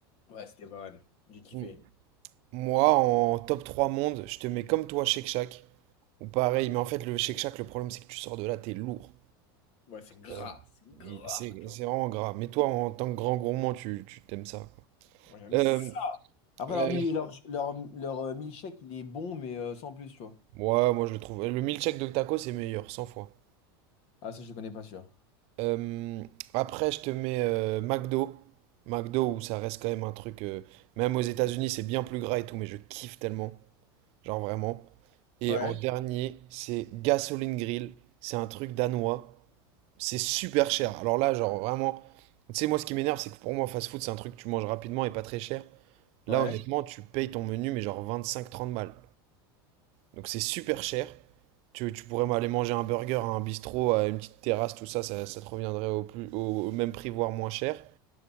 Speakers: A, on the left; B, on the right.
A: Ouais, c'était pas mal. J'ai kiffé.
B: Mm. Moi, en top 3 monde, je te mets comme toi, Shake Shack. Ou pareil, mais en fait, le Shake Shack, le problème, c'est que tu sors de là, t'es lourd.
A: Ouais, c'est gras,
B: Euh,
A: c'est gras,
B: c'est
A: tu vois.
B: c'est vraiment gras. Mais toi, en tant que grand gourmand, tu tu t'aimes ça, quoi.
A: Moi, j'aime
B: Euh,
A: ça. Après,
B: euh,
A: leur, mil- leur, leur, leur, euh, milkshake, il est bon, mais euh, sans plus, tu vois.
B: ouais, moi, je le trouve. Le milkshake de taco, c'est meilleur, 100 fois.
A: Ah, ça, je le connais pas, sûr.
B: Euh, après, je te mets euh, McDo. McDo, où ça reste quand même un truc. euh, même aux États-Unis, c'est bien plus gras et tout, mais je kiffe tellement. Genre vraiment. Et
A: Ouais.
B: en dernier, c'est Gasoline Grill. C'est un truc danois. C'est super cher. Alors là, genre vraiment. Tu sais, moi, ce qui m'énerve, c'est que pour moi, fast food, c'est un truc que tu manges rapidement et pas très cher.
A: Ouais.
B: Là, honnêtement, tu payes ton menu, mais genre vingt-cinq trente balles. Donc c'est super cher. Tu, tu pourrais aller manger un burger à un bistrot, à une petite terrasse, tout ça, ça, ça te reviendrait au, plus, au, au même prix, voire moins cher.